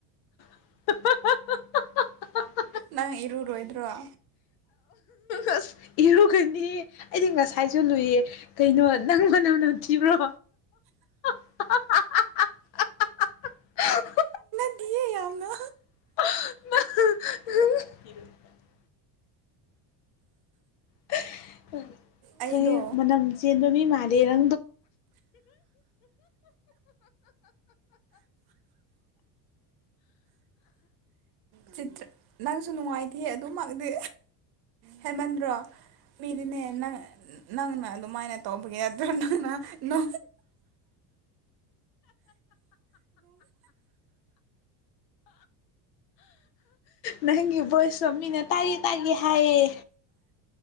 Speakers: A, on the left; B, on the right.
A: <unintelligible>
B: ꯅꯪ ꯏꯔꯨꯔꯣꯗꯔꯣ?
A: ꯑꯁ ꯏꯔꯨꯒꯅꯤ ꯑꯩꯗꯤ ꯉꯁꯥꯏꯁꯨ ꯂꯨꯏꯌꯦ ꯀꯩꯅꯣ ꯅꯪ ꯃꯅꯝ ꯅꯝ ꯊꯤꯕ꯭ꯔꯣ? <unintelligible> <unintelligible>
B: <unintelligible> ꯌꯥꯝꯅ
A: <unintelligible> <unintelligible>
B: ꯑꯩꯗꯣ
A: ꯀꯩ ꯃꯅꯝ ꯆꯦꯟꯕ ꯃꯤ ꯃꯥꯜꯂꯤ <unintelligible>
B: ꯆꯤ꯭ꯇꯔ ꯅꯪꯁꯨ ꯅꯨꯡꯉꯥꯏꯇꯦ ꯑꯗꯨꯃꯛꯗꯤ ꯍꯦꯟꯃꯟꯕ꯭ꯔꯣ ꯃꯤꯗꯤꯅꯦ ꯅꯪꯅ ꯑꯗꯨꯃꯥꯏꯅ ꯇꯧꯕꯒꯤ ꯌꯥꯗ꯭ꯔꯣ ꯅꯪꯅ ꯅ
A: ꯅꯪꯒꯤ ꯚꯣꯏꯁꯁꯨꯣ ꯃꯤꯅ ꯇꯥꯒꯦ- ꯇꯥꯒꯦ ꯍꯥꯏꯌꯦ